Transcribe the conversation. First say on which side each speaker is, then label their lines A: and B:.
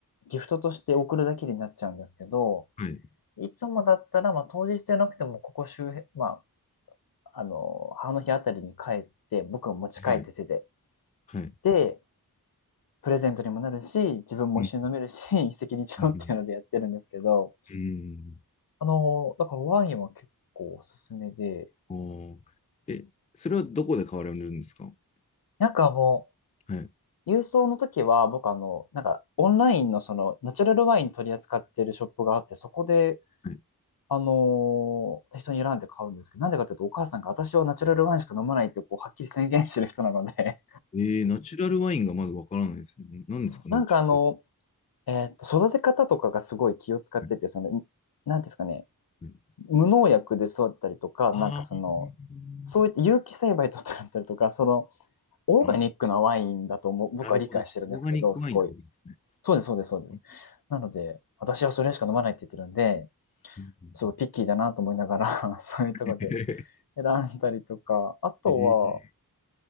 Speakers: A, on the left; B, on the left.
A: ギフトとして贈るだけになっちゃうんですけど、
B: はい。
A: いつもだったら、まあ、当日じゃなくても、ここ周辺、まあ、あの、母の日あたりに帰って、僕を持ち帰って手てて
B: はい。はい。
A: で、プレゼントにもなるし、自分も一緒に飲めるし、
B: うん。
A: <laughs> 一石二鳥っていうのでやってるんですけど、
B: うん。うん
A: あの、だからワインは結構おすすめで、
B: ああ。え、それはどこで買われるんですか
A: なんかも
B: はい。
A: う、郵送の時は僕あの、なんかオンラインのその、ナチュラルワイン取り扱ってるショップがあって、そこで、
B: は
A: あのー、適当に選んで買うんですけど、なんでかっていうと、お母さんが私はナチュラルワインしか飲まないって、こう、はっきり宣言してる人なので
B: い。えー、ナチュラルワインがまだわからないですね。何ですか、
A: <laughs>、なんかあの、
B: ナチュラル
A: えーっと、育て方とかがすごい気を使ってて、
B: ワイ
A: その、なんですかね、
B: ン。
A: 無農薬で育ったりとか、
B: はいはいあー
A: なんかその、そういった有機栽培とかだったりとか、その、オーガニックなワインだと思う僕は理解してるんですけど、
B: あ、なるほど。オーガニックワインってことですね。
A: すごい。そうです、そうです、そうです。
B: うん
A: なので、私はそれしか飲まないって言ってるんで、
B: うんうん
A: すごいピッキーだなと思いながら <laughs> そういうところで
B: <laughs>
A: 選んだりとか、あとは、
B: えー